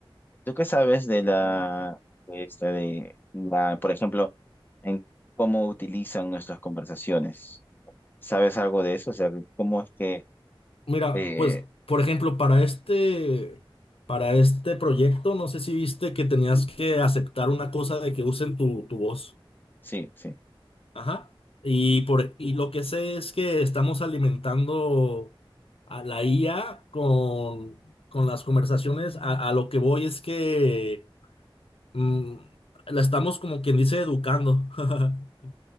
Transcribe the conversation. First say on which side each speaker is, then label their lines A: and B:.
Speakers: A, on the left; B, on the left.
A: ¿Tú qué sabes de la, de esta de la, por ejemplo, en cómo utilizan nuestras conversaciones? ¿Sabes algo de eso? O sea, ¿cómo es que,
B: Mira,
A: eh,
B: pues, por ejemplo, para este, para este proyecto, no sé si viste que tenías que aceptar una cosa de que usen tu, tu voz.
A: sí, sí.
B: Ajá. Y por, y lo que sé es que estamos alimentando a la IA con, con las conversaciones. A, a lo que voy es que mm, la estamos como quien dice educando. <laughs>